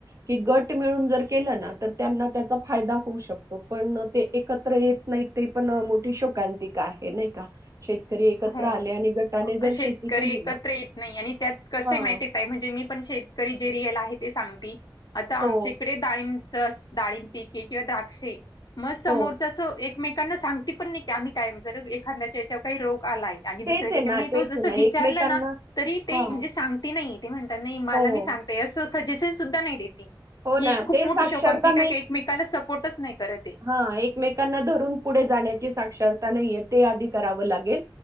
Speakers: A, on the right (about 40°); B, on the left (about 55°).
A: की गट मिळून जर केलं ना तर त्यांना त्याचा फायदा होऊ शकतो पण ते एकत्र येत नाय ते पण मोठी शोकांतिक आहे नाई का. शेतकरी एकत्र
B: हम्
A: आले आणि गटाने जर
B: अ -शेतकरी
A: शेती केली
B: एकत्र
A: ना
B: येत नाई आणि त्यात कसे
A: हां
B: माहिती म्हणजे मी पण शेतकरी जे रियल आहे ते सांगती आता
A: हो
B: आमच्या इकडे टाइम्स डाळिंब पिक ए किंवा द्राक्षे म समोर
A: हो
B: जसं एकमेकांना सांगती पण नाय की आम्ही कायम जर एखाद्याच्या ह्याचवर काही रोग आलाय आणि दुसऱ्याच्या
A: तेच आहे ना
B: हेज्याव
A: तेच
B: तो जस
A: आहे ना
B: विचारला
A: एकमेकांना
B: ना तरी ते
A: हां
B: म्हणजे सांगती नाही. ते म्हणता नाई मला
A: हो
B: नाई सांगता असं सजेशन सुद्धा नाय देती.
A: हो
B: ही
A: ना
B: एक खूप
A: ते
B: मोठी
A: साक्षरता
B: शोकांकीकाये एकमेकाला सपोर्टच नाही करतये.
A: हा एकमेकांना धरून पुढे जाण्याची साक्षरता नाहीये ते आधी करावं लागेल